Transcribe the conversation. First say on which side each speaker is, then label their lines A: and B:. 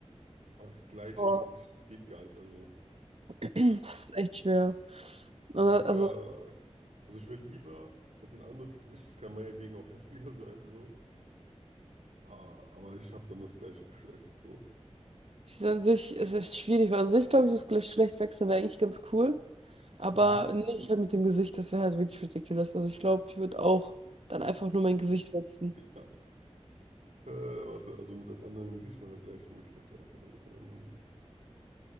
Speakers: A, on the right; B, on the right.
A: Aber das gleiche
B: Boah.
A: Gesicht, das geht gar nicht. Also,
B: <clears throat> Das ist echt schwer. Äh,
A: dann
B: Also,
A: lieber, also ich wäre lieber, hätte ein anderes Gesicht, das kann meinetwegen auch hässlicher sein, so. Ah, aber ich habe dann das gleiche Geschlecht, so. <laughs>
B: es ist an sich es ist schwierig, weil an sich glaube ich, das Geschlecht wechseln wäre eigentlich ganz cool. Aber
A: Mhm.
B: nicht halt mit dem Gesicht, das wäre halt wirklich ridiculous. Also, ich glaube, ich würde auch dann einfach nur mein Gesicht wechseln.
A: Ja. Äh, warte, also mit einem anderen Gesicht, aber gleichem Geschlecht aufwachen. Ähm,